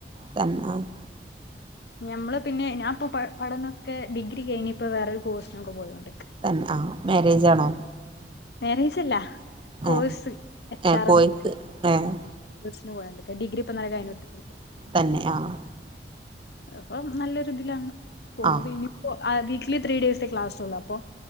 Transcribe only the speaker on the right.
തന്നെ ആഹ്
തൻ ആ മാരേജ് ആണോ?
ഏഹ്
ഏഹ്
കോഴ്സ്
ഏഹ്
തന്നെ ആഹ്
ആഹ്